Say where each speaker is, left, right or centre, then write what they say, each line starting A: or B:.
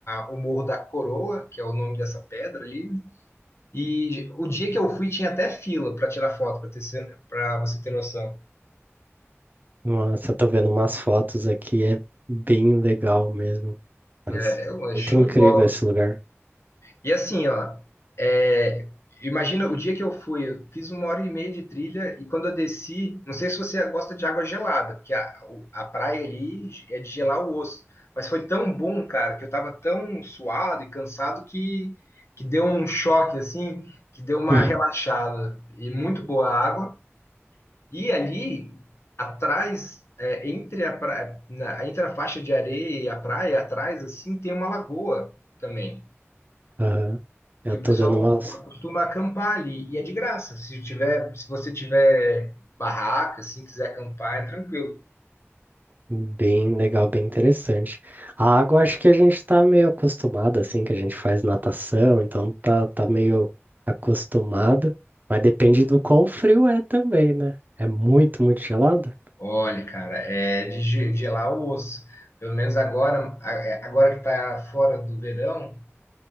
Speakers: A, on the left; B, on the right.
A: a- o Morro da Coroa, que é o nome dessa pedra ali. E o dia que eu fui tinha até fila para tirar foto, para você ter noção.
B: Nossa, eu tô vendo umas fotos aqui, é bem legal mesmo. Parece
A: É, é um, é
B: muito
A: show
B: incrível
A: de bola.
B: esse lugar.
A: E assim, ó, é, imagina o dia que eu fui, eu fiz uma hora e meia de trilha e quando eu desci, não sei se você gosta de água gelada, porque a, o- a praia ali é de gelar o osso, mas foi tão bom, cara, que eu tava tão suado e cansado que, que deu um choque, assim, que deu uma
B: <laughs>
A: relaxada. E muito boa a água. E ali, atrás, é, entre a pra- na- entre a faixa de areia e a praia, atrás, assim, tem uma lagoa também.
B: Aham. Eu
A: E o
B: tô
A: pessoal
B: dando umas
A: costuma acampar ali. E é de graça. Se tiver, se você tiver barraca, assim, quiser acampar, é tranquilo.
B: bem legal, bem interessante. A água, acho que a gente tá meio acostumado, assim, que a gente faz natação, então tá, tá meio acostumado, mas depende do quão frio é também, né? É muito, muito gelado?
A: Olha, cara, é de ge- gelar o osso. Pelo menos agora, a- é, agora que tá fora do verão,